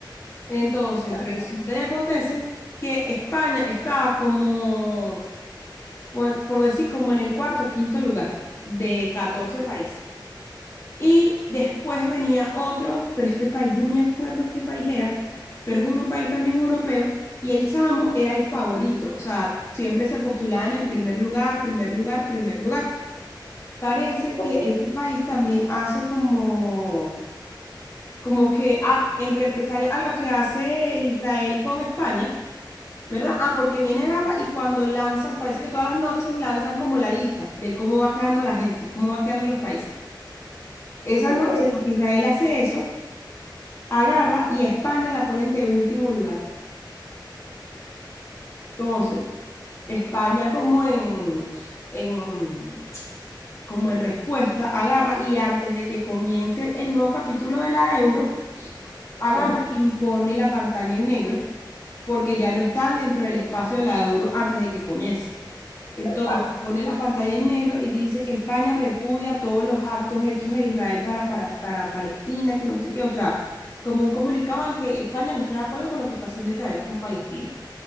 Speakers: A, on the left; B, on the left.
A: Entonces,
B: Ajá.
A: resulta y acontece que España estaba como, por, por decir, como en el cuarto, quinto lugar de 14 países. Y después venía otro, pero este país no me acuerdo qué país era, pero es un país también europeo. Y el chamo era el favorito, o sea, siempre se postulaba en el primer lugar, primer lugar, primer lugar. Parece
B: Ok,
A: que ese país también hace como, como que, ah, en represalia a lo que hace Israel con España, ¿verdad? Ah, porque viene a guerra y cuando lanzan, parece que todas las noches lanzan como la lista de cómo va quedando la gente, cómo va quedando los países. Esa
B: ok,
A: noche en la que Israel hace eso, agarra y a España la ponen de último lugar. Entonces, España como en, en- como en respuesta, agarra y antes de que comience el nuevo capítulo de la euro,
B: ok.
A: agarra, impone la pantalla en negro porque ya no está dentro del espacio de la euro antes de que comience. Entonces
B: Ajá,
A: pone la pantalla en negro y dice que España repudia todos los actos hechos de Israel para, para, para Palestina, que no sé qué, o sea, como un comunicado en que España no está de acuerdo con lo que está haciendo Israel con Palestina.